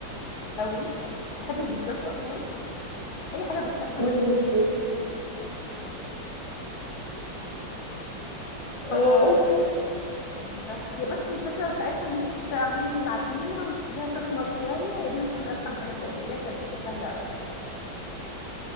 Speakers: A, on the left; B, on the right.
A: أوي، باحب البيتزات أصلًا، أي حاجة بتسخّن
B: وانا
A: تلاقيني
B: جدا اه
A: باعملها <unintelligible> لذيذة، هي بس الفكرة بتاعتها إن أنتِ تعملي العجينة وتسيبيها تخمر شوية، هي دي بتكون أرخم حاجة فيها، لكن هي كبيتزا سهلة أوي،